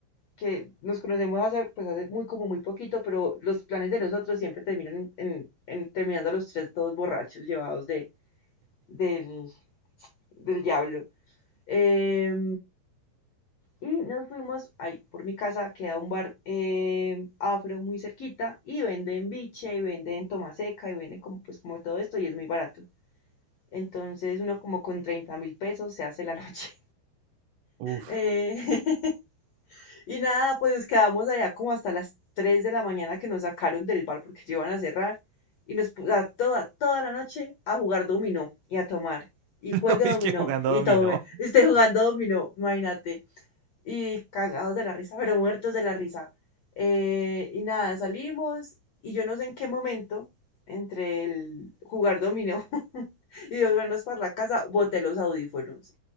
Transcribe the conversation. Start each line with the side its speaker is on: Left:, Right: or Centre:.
Left: que nos conocemos hace, pues hace muy como muy poquito, pero los planes de nosotros siempre terminan en, en- terminando los tres todos borrachos, llevados de, del, del diablo. Eh, y nos fuimos, ahí por mi casa queda un bar eh, afro muy cerquita y venden biche y venden tomaseca y venden como, pues, como todo esto y es muy barato. Entonces uno como con treinta mil pesos se hace la noche.
Right: <laughs> Uf,
Left: <laughs> Eh, Y nada, pues nos quedamos allá como hasta las 3 de la mañana que nos sacaron del bar porque ya iban a cerrar. Y nos puso a toda, toda la noche a jugar dominó y a tomar. Y juegue
Right: <laughs> no, es
Left: dominó
Right: que jugando
Left: y
Right: dominó.
Left: tome. Esté jugando dominó, imagínate. Y cagados de la risa, pero muertos de la risa. Eh, y nada, salimos y yo no sé en qué momento, entre el jugar dominó <laughs> y volvernos para la casa, boté los audífonos.